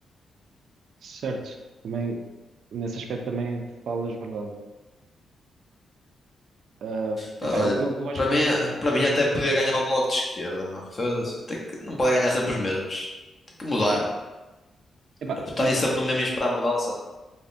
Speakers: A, on the right; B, on the left.
A: Certo, também, nesse aspecto também falas verdade. Ah,
B: Pá,
A: epá,
B: olha,
A: eu, eu acho
B: para
A: que
B: mim,
A: vou, vou ficar
B: para mim até
A: um bocadinho
B: podia
A: mais.
B: ganhar o bloco de esquerda, meu. Foda-se, Tem que, não pode ganhar sempre os mesmos. Tem que mudar.
A: Epá,
B: Era Votarem
A: um,
B: sempre
A: ah,
B: no mesmo e esperar a mudança.